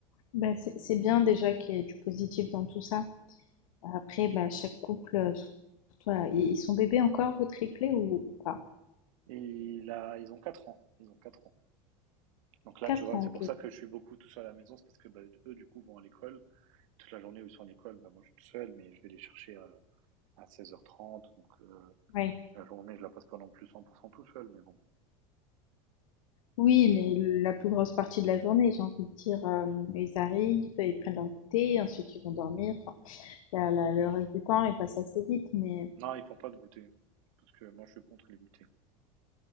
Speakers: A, on the left; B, on the right.
A: Bah, c'est c'est bien déjà qu'il y ait du positif dans tout ça. Après, bah, chaque couple, euh, surtout, euh, ils ils sont bébés encore, vos triplés ou, ou pas?
B: Et là, ils ont 4 ans. Ils ont 4 ans. Donc là,
A: quatre
B: tu vois,
A: ans,
B: c'est pour ça que je suis beaucoup tout seul à la maison. C'est parce que bah, eux, du coup, vont à l'école. Toute la journée où ils sont à l'école, bah, moi, je suis tout seul, mais je vais les chercher à, à 16h30. Donc euh,
A: ok.
B: la journée, je la passe pas non plus cent pour cent tout seul. Mais bon.
A: Oui, mais la plus grosse partie de la journée, j'ai envie de dire, euh, ils arrivent, ils prennent leur thé, ensuite ils vont dormir. Enfin, la- la- le reste du temps, il passe assez vite, mais...
B: Non, ils font pas de goûter. Parce que moi, je suis contre les goûters.